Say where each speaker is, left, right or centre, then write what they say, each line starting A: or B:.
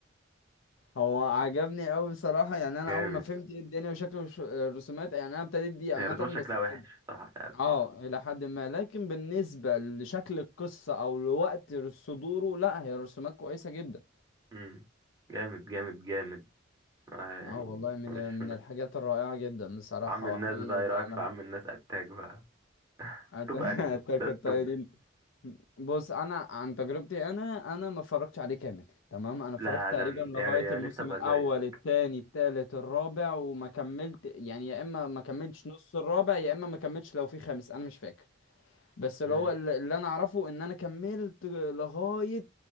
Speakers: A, on the left; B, on the right.
A: هو عجبني قوي بصراحه يعني انا
B: جامد
A: اول ما فهمت ايه الدنيا وشكل الش- الرسومات يعني انا ابتديت بيه
B: يعني
A: عامه
B: رسومات شكلها
A: بس
B: وحش صراحة فعلا
A: اه الى حد ما لكن بالنسبه لشكل القصه او لوقت صدوره لا هي رسومات كويسه جدا
B: أمم، جامد جامد جامد آه يعني
A: اه والله من
B: مش
A: من
B: من
A: الحاجات الرائعه جدا بصراحه
B: عم الناس
A: وحقيقي
B: بقى إيه
A: اللي
B: رأيك
A: عملها
B: في عم الناس أتاك بقى
A: أت-
B: توب
A: <laughs>
B: أنمي
A: اتاك
B: ده التوب
A: التايرين بص انا عن تجربتي انا انا ما اتفرجتش عليه كامل تمام انا
B: لا
A: اتفرجت تقريبا
B: ده أنا-
A: لغايه
B: يعني يعني
A: الموسم
B: نفسي أبقى
A: الاول
B: زيك
A: الثاني الثالث الرابع وما كملت يعني يا اما ما كملتش نص الرابع يا اما ما كملتش لو في خامس انا مش فاكر بس
B: أمم،
A: اللي هو الل- اللي انا اعرفه ان انا كملت لغاية